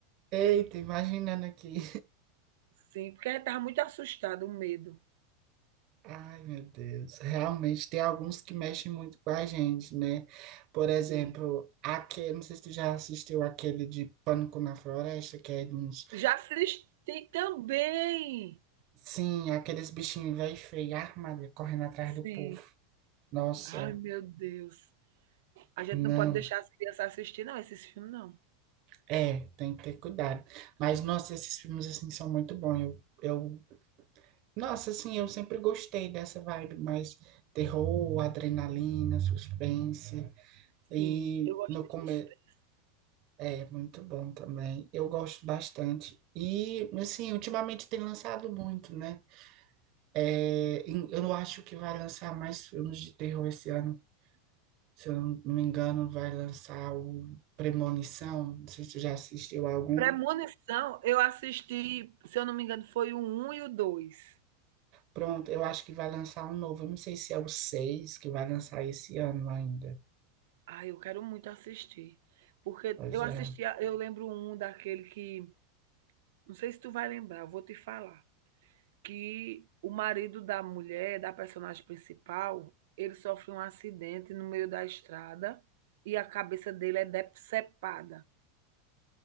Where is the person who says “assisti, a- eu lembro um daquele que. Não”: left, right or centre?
Right